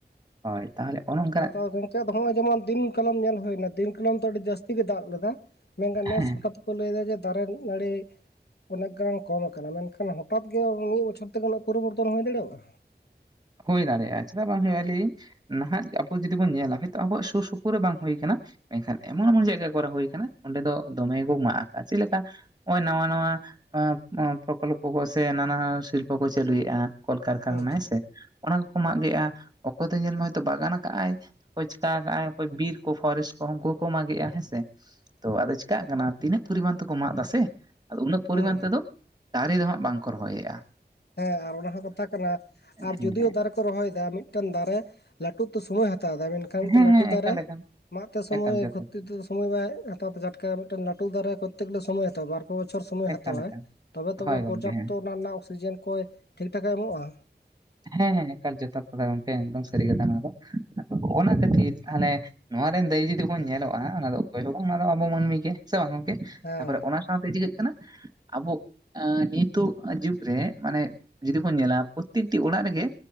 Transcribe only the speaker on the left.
ᱦᱮᱸᱛᱚ ᱜᱚᱝᱠᱮ ᱟᱫᱚ ᱦᱚᱸᱜ-ᱚᱭ ᱡᱮᱢᱚᱱ ᱫᱤᱱ ᱠᱟᱞᱚᱢ ᱧᱮᱞ ᱦᱩᱭᱱᱟ, ᱫᱤᱱ ᱠᱟᱞᱚᱢ ᱫᱚ ᱟᱹᱰᱤ ᱡᱟᱥᱛᱤ ᱜᱮ ᱫᱟᱜ ᱞᱮᱫᱟᱭ, ᱢᱮᱱᱠᱷᱟᱱ ᱱᱮᱥ
ᱦᱚᱸ ᱠᱟᱴᱤᱡ ᱠᱚ ᱞᱟᱹᱭᱫᱟ ᱡᱮ ᱫᱟᱨᱮ ᱱᱟᱹᱲᱤ ᱚᱱᱮᱠ ᱜᱟᱱ ᱠᱚᱢ ᱟᱠᱟᱱᱟ ᱢᱮᱱᱠᱷᱟᱱ ᱦᱚᱴᱟᱛ ᱜᱮ ᱢᱤᱫ ᱵᱚᱪᱷᱚᱨ ᱛᱮ ᱩᱱᱟᱜ ᱯᱚᱨᱤᱵᱚᱨᱛᱚᱱ ᱦᱩᱭ ᱫᱟᱲᱮᱣᱟᱜ-ᱟ?
ᱦᱩᱸ
ᱦᱩᱸ
ᱦᱮᱸ ᱟᱨ ᱚᱱᱟ ᱦᱚᱸ ᱠᱟᱛᱷᱟ ᱠᱟᱱᱟ᱾ ᱟᱨ
ᱡᱳᱫᱤᱭᱳ ᱫᱟᱨᱮ ᱠᱚ ᱨᱚᱦᱚᱭᱮᱫᱟ ᱢᱤᱫᱴᱮᱱ ᱫᱟᱨᱮ ᱞᱟᱹᱴᱩᱜ ᱛᱮ ᱥᱚᱢᱚᱭᱮ ᱦᱟᱛᱟᱣ ᱫᱟ ᱢᱮᱱ ᱠᱷᱟᱱ ᱢᱤᱫᱴᱮᱡ
ᱞᱟᱹᱴᱩ
ᱫᱟᱨᱮ
ᱢᱟᱜ ᱛᱮ ᱥᱚᱢᱚᱭ
ᱠᱷᱚᱛᱤ ᱫᱚ ᱥᱚᱢᱚᱭ ᱵᱟᱭ ᱦᱟᱛᱟᱣ ᱛᱮ ᱴᱟᱴᱠᱮ ᱢᱤᱫᱴᱟᱝ ᱞᱟᱹᱩ ᱫᱟᱨᱮ ᱠᱚᱚᱛᱛᱮ ᱜᱮᱞᱮ ᱥᱚᱢᱚᱭ ᱦᱟᱛᱟᱣᱟ ᱵᱟᱨ ᱯᱮ ᱵᱚᱪᱷᱚᱨ ᱥᱢᱚᱭ
ᱦᱟᱛᱟᱣᱟᱭ᱾
ᱛᱚᱵᱮ ᱛᱚ
ᱚᱱᱟ
ᱯᱚᱨᱡᱟᱯᱛᱚ
ᱚᱱᱟ ᱨᱮᱱᱟᱜ ᱚᱠᱥᱤᱡᱮᱱ ᱠᱚᱭ ᱴᱷᱤᱠ ᱴᱷᱟᱠᱮ ᱮᱢᱚᱜ-ᱟ᱾
ᱦᱮᱸ